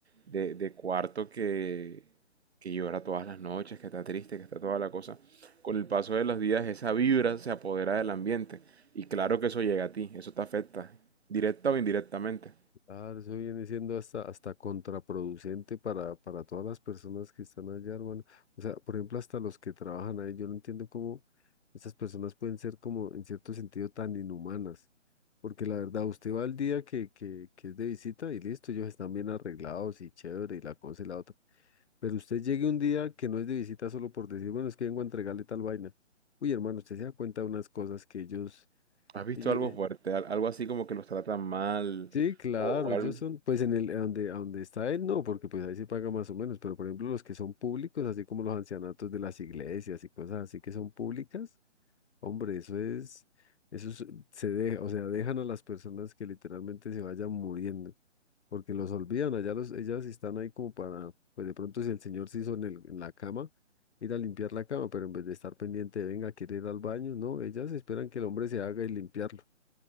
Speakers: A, on the right; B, on the left.
A: de, de cuarto que, que llora todas las noches, que está triste, que está toda la cosa. Con el paso de los días, esa vibra se apodera del ambiente. Y claro que eso llega a ti, eso te afecta, directa o indirectamente.
B: Claro, eso viene siendo hasta, hasta contraproducente para, para todas las personas que están allá, hermano. O sea, por ejemplo, hasta los que trabajan ahí, yo no entiendo cómo esas personas pueden ser como, en cierto sentido, tan inhumanas. Porque la verdad, usted va al día que, que, que es de visita y listo, ellos están bien arreglados y chévere y la cosa y la otra. Pero usted llegue un día que no es de visita solo por decir, bueno, es que vengo a entregarle tal vaina. Uy, hermano, usted se da cuenta de unas cosas que ellos,
A: ¿Has visto
B: ellos,
A: algo fuerte? Al- Algo así como que los tratan mal
B: Sí, claro,
A: o, o
B: ellos
A: algo.
B: son, pues en el, a donde, a donde está él, no, porque pues ahí se paga más o menos, pero por ejemplo los que son públicos, así como los ancianatos de las iglesias y cosas así que son públicas, hombre, eso es, eso es- se deja, o sea, dejan a las personas que literalmente se vayan muriendo, porque los olvidan, allá los, ellas están ahí como para, pues de pronto si el señor se hizo en el, en la cama, ir a limpiar la cama, pero en vez de estar pendiente, venga, quiere ir al baño, no, ellas esperan que el hombre se haga y limpiarlo